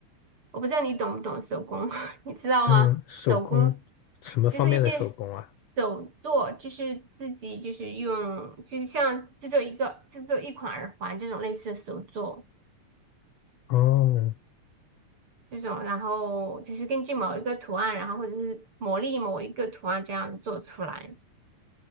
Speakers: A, on the right; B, on the left.
A: 我不知道你懂不懂手工，<laughs> 你知道吗？
B: 嗯，手工，
A: 手工
B: 什么方面的手工啊？
A: 就是一些手作，就是自己就是用，就是像制作一个制作一款耳环这种类似的手作
B: 哦
A: 这种，然后就是根据某一个图案，然后或者是磨砺某一个图案这样子做出来。